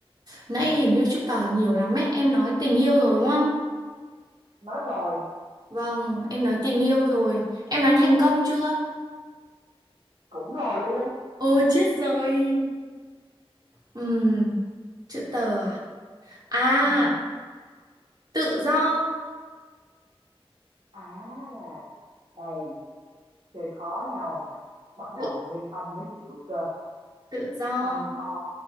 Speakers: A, on the right (about 40°); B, on the right (about 75°).
A: nãy hình như chữ tờ nhiều lắm ấy. Em nói tình yêu rồi đúng không?
B: Nói rồi,
A: Vâng, em nói tình yêu rồi. Em nói thành công chưa?
B: cũng rồi luôn.
A: Ôi chết rồi. Ừm, chữ tờ à? À,
B: Ừ.
A: tự do.
B: À, đây, chơi khó nhau nhỉ. Bắt đầu
A: Tự
B: bằng nguyên âm mới chịu cơ.
A: tự do
B: Âm o,